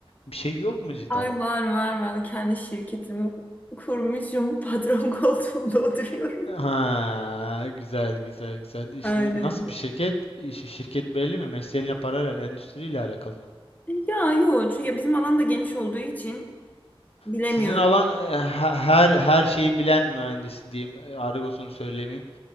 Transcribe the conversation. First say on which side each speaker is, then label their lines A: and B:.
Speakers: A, on the left; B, on the left.
A: bir şey yok mu cidden?
B: Ay var var var. Kendi şirketimi kurmuşum. Patron koltuğumda <laughs> oturuyorum.
A: Ha, güzel güzel güzel. İş-
B: Aynen.
A: nasıl bir şirket? İş- Şirket belli mi? Mesleğinle paralel, endüstriyle alakalı mı?
B: Ya yok. Çünkü ya bizim alan da geniş olduğu için bilemiyorum.
A: Sizin alan e, he- her her şeyi bilen mühendis diyeyim. E, Argosunu söylemeyeyim.